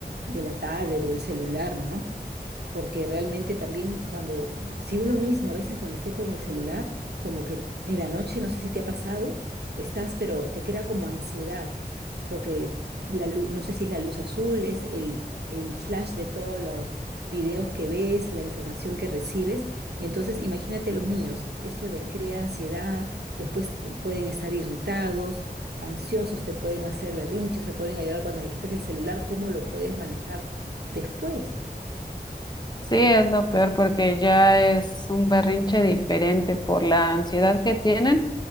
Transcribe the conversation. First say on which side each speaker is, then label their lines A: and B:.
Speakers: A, on the right; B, on the left.
A: de la tablet o el celular, ¿no? porque realmente también cuando, si uno mismo a veces cuando esté con el celular, como que en la noche, no sé si te ha pasado, estás, pero te queda como ansiedad, porque la luz, no sé si es la luz azul, es el, el flash de todos los videos que ves, la información que recibes. Entonces, imagínate a los niños, esto les crea ansiedad, después eh, pueden estar irritados. ansiosos, te pueden hacer berrinches, se pueden a llorar cuando le quitas el celular, ¿cómo lo puedes manejar después?
B: Sí, es lo peor porque ya es un berrinche diferente por la ansiedad que tienen